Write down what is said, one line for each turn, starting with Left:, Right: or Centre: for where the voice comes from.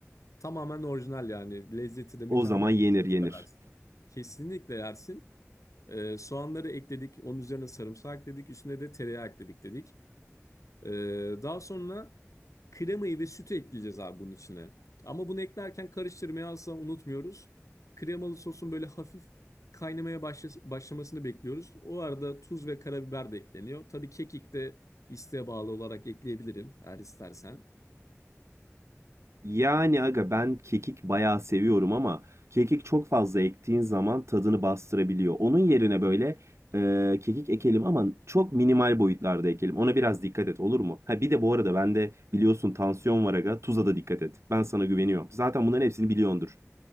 Left: Tamamen orijinal yani. Lezzeti de mükemmel.
Right: O zaman yenir
Left: Çok
Right: yenir.
Left: seversin. Kesinlikle yersin. Ee, soğanları ekledik. Onun üzerine sarımsak ekledik. Üstüne de tereyağı ekledik dedik. Ee, daha sonra Kremayı ve sütü ekleyeceğiz abi bunun içine. Ama bunu eklerken karıştırmayı asla unutmuyoruz. Kremalı sosun böyle hafif kaynamaya başla- başlamasını bekliyoruz. O arada tuz ve karabiber de ekleniyor. Tabii kekik de isteğe bağlı olarak ekleyebilirim eğer istersen.
Right: Yani aga ben kekik bayağı seviyorum ama kekik çok fazla ektiğin zaman tadını bastırabiliyor. Onun yerine böyle e, kekik ekelim ama çok minimal boyutlarda ekelim. Ona biraz dikkat et olur mu? Ha bir de bu arada bende biliyorsun tansiyon var aga. Tuza da dikkat et. Ben sana güveniyorum. Zaten bunların hepsini biliyordur.